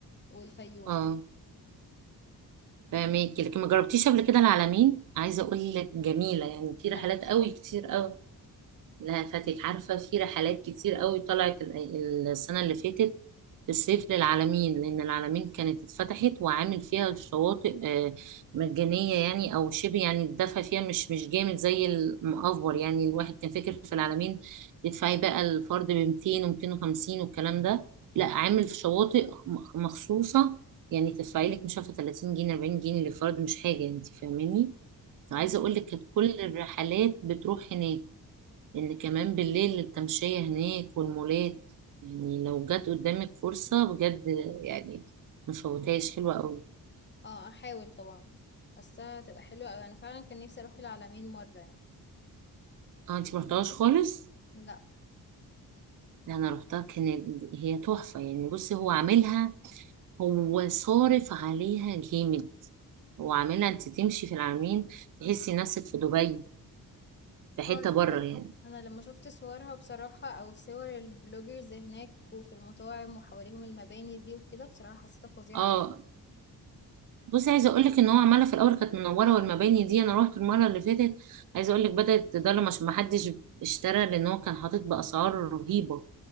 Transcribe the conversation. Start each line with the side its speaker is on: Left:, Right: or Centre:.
Left: والفيوم
Right: اه فاهمك لكن ما جربتيش قبل كده العلمين عايزة اقول لك جميلة يعني في
Left: لا
Right: رحلات
Left: بصراحة
Right: قوي كتير قوي لا فاتك عارفة في رحلات كتير قوي طلعت ال- السنة اللي فاتت في الصيف للعلمين لأن العلمين كانت اتفتحت وعامل فيها الشواطئ آه، مجانية يعني أو شبه يعني الدفع فيها مش مش جامد زي المأفور يعني الواحد كان فاكر في العلمين تدفعي بقى الفرد ب 200 و250 والكلام ده لا عامل في شواطئ م- مخصوصة يعني تدفعي لك مش عارفة 30 جنيه 40 جنيه للفرد مش حاجة انت فاهماني
Left: فاهمة.
Right: عايزة اقول لك كانت كل الرحلات بتروح هناك لأن كمان بالليل التمشية هناك والمولات يعني لو جت قدامك فرصة بجد يعني مفوتهاش حلوة قوي
Left: اه احاول طبعا بس هتبقى حلوة اوي انا فعلا كان نفسي اروح العلمين مرة يعني
Right: اه انتي مرحتهاش خالص
Left: لا
Right: لا انا رحتها كانت هي تحفة يعني بصي هو عاملها هو صارف عليها جامد هو عاملها انت تمشي في العالمين تحسي نفسك في دبي في حتة
Left: اه دي
Right: بره
Left: حقيقة
Right: يعني
Left: انا لما شفت صورها بصراحة او صور البلوجرز هناك وفي المطاعم وحواليهم المباني دي وكده بصراحة حسيتها فظيعة
Right: اه
Left: اوي
Right: بصي عايزه اقول لك ان هو عماله في الاول كانت منوره والمباني دي انا رحت المره اللي فاتت عايزه اقول لك بدات تضلم عشان ما حدش اشترى لان هو كان حاطط باسعار رهيبه